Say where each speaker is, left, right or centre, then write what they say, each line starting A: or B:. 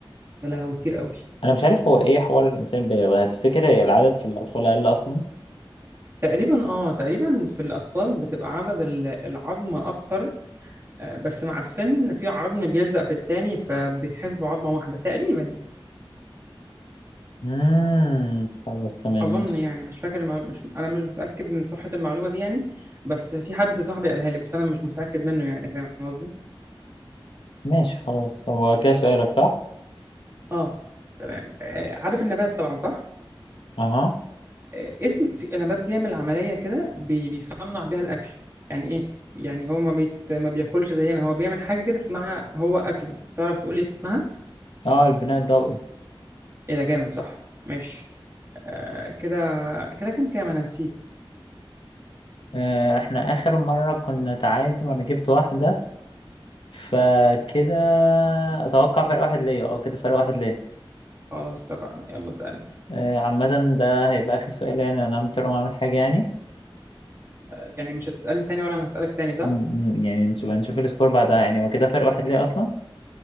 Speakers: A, on the right; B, on the left.
A: يا لهوي كتير قوي
B: أنا مش عارف هو إيه حوار الإنسان البالغ هتفتكر هي العدد في الأطفال أقل أصلا؟
A: تقريبا اه تقريبا في الأطفال بتبقى عدد ال- العظم أكتر آه، بس مع السن في عظم بيلزق في التاني فبيتحسبوا عظمة واحدة تقريبا يعني
B: مم. خلاص تمام
A: أظن
B: ماشي
A: يعني مش فاكر المعلومة مش أنا مش متأكد من صحة المعلومة دي يعني بس في حد صاحبي قالها لي بس أنا مش متأكد منه يعني فاهم قصدي؟
B: ماشي خلاص هو كده سؤالك صح؟
A: اه تمام آه، عارف النبات طبعا صح؟
B: أها
A: آه، اسم في نبات بيعمل عملية كده بي- بيصنع بيها الأكل يعني إيه؟ يعني هو ما بيت ما بياكلش زينا هو بيعمل حاجة كده اسمها هو أكله تعرف تقولي اسمها؟
B: أه البناء الضوئي
A: إيه ده جامد صح ماشي آه كده كده كام كام أنا نسيت
B: آه، إحنا آخر مرة كنا تعادل وأنا جبت واحدة فكده أتوقع فرق واحد ليا أه كده فرق واحد ليا
A: خلاص اتفقنا يلا سألني
B: آه، عامة ده هيبقى آخر سؤال يعني أنا مضطر أقوم أعمل حاجة يعني
A: آه، يعني مش هتسألني تاني ولا أنا هسألك تاني صح؟
B: م- م. يعني نشوف نشوف السكور بعدها يعني هو كده فرق واحد ليه اصلا